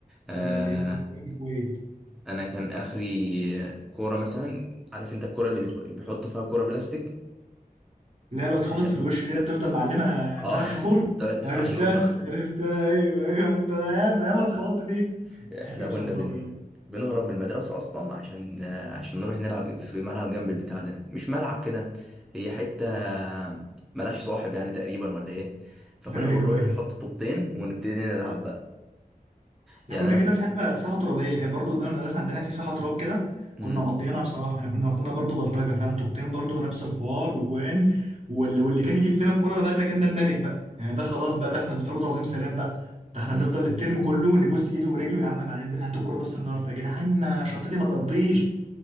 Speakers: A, in the centre; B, on the right (about 45°).
A: آه
B: لا دي كانت موجودة في الكويت
A: انا كان اخري كوره مثلا عارف انت الكوره اللي بيخ- بيحطوا فيها كوره بلاستيك
B: لا لو اتخبطت
A: هي
B: في الوش دي تفضل معلمة
A: اه
B: ثلاث شهور
A: <laughs> تقعد تسع
B: عرفتها
A: شهور مع.
B: عرفتها ايوه ايوه عرفتها انا ياما ياما اتخبطت فيه <laughs>
A: <laughs> احنا
B: يا
A: كنا
B: نهار
A: بن...
B: ابيض
A: بنهرب من المدرسه اصلا عشان آه، عشان نروح نلعب في ملعب جنب البتاع ده مش ملعب كده هي حته ملهاش صاحب يعني تقريبا ولا ايه فكنا
B: ايوه
A: بنروح
B: ايوه
A: نحط طوبتين ونبتدي نلعب بقى
B: احنا
A: يعني
B: كنا
A: انا
B: كده
A: ف...
B: في حته ساحه ترابيه كان برضو قدام المدرسه عندنا في ساحه تراب كده
A: مم.
B: كنا مقضيينها بصراحه احنا كنا واخدينها برضو بلطجه فاهم طوبتين برضو نفس الحوار وجوان واللي, واللي كان يجيب فينا الكوره ده بقى ده كان ده الملك بقى يعني ده خلاص بقى ده احنا بنضربه تعظيم سلام بقى ده احنا
A: مم.
B: بنفضل الترم كله نبوس ايده ورجله يا عم معلش هات الكوره بس النهارده يا جدعان ما شنطتي ما تقضيش